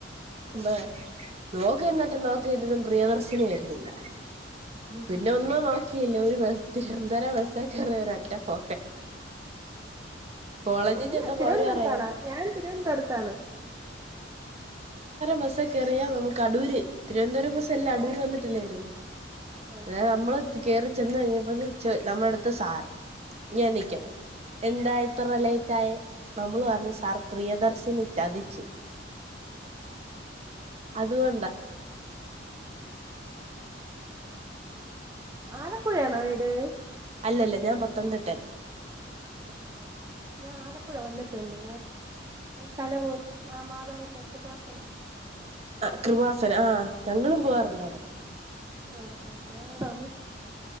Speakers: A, on the right; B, on the right.
A: ആഹ്
B: ബ നോക്ക് എന്നിട്ട് നോ ട്ടതും പ്രിയദർശിനി വരുന്നില്ല
A: ഉം
B: പിന്നെ
A: ഉം
B: ഒന്നും നോക്കിയില്ല ഒരു <unintelligible> അന്നേരം ബസേ കേറി ഒറ്റ പോ കോളേജിൽ
A: ഇങ്ങ
B: ചെന്നപ്പോ
A: തിരുവനന്തപുരത്താണാ
B: അവര് പറയാ
A: ഞാൻ തിരുവനന്തപുരത്താണ്
B: ബസൊക്കെ കേറിയാൽ നമ്മുക്ക് അടൂരി തിരുവനന്തപുരം ബസ് എല്ലാം അടൂര്
A: ഓ
B: വന്നിട്ടില്ലേവരുന്നെ
A: ഓ ഓ ആഹ്
B: <unintelligible>
A: ആഹ് ആഹ്
B: നമ്മള് കയറി ചെന്ന് കഴിഞ്ഞ <unintelligible> നമ്മടത്തെ സാറ് ഞാൻ നിക്കുന്നു എന്താ ഇത്ര ലേറ്റായ നമ്മള് പറഞ്ഞു സാർ പ്രിയദർശിനി ചതിച്ചു അത്കൊണ്ട് ബ
A: ആലപ്പുഴയാണോ വീട്?
B: അല്ലല്ല ഞാൻ പത്തനംതിട്ട
A: ഓ ഓ ഓ ഞാൻ ആലപ്പുഴ വന്നിട്ടുണ്ട് കലവൂർ <unintelligible> പിതാവിന്റെ കൃപാസന
B: ആ കൃവാസന ആ ഞങ്ങളും പോവാറുണ്ട് അടെ
A: ആ ആ ഞാ അവിടെ വന്നിട്ടുണ്ട്